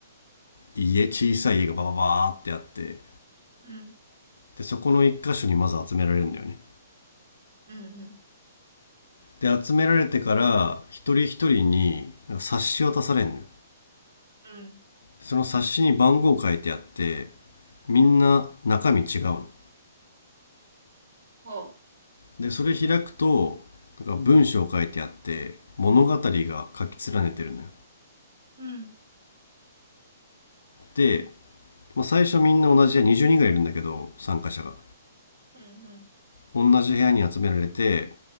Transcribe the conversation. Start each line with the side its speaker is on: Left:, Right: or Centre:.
Left: 家小さい家がバババーってあって
Right: うん。
Left: でそこの一箇所にまず集められるんだよね
Right: うん。うん。
Left: で集められてから一人一人になんか冊子渡されんのよ
Right: うん。
Left: その冊子に番号書いてあってみんな中身違うの
Right: はあ。
Left: でそれ開くとなんか文章書いてあって物語が書き連ねてるのよ
Right: うん。
Left: で、まあ、最初みんな同じ部屋20人ぐらいいるんだけど参加者が
Right: うん。うん。
Left: 同じ部屋に集められて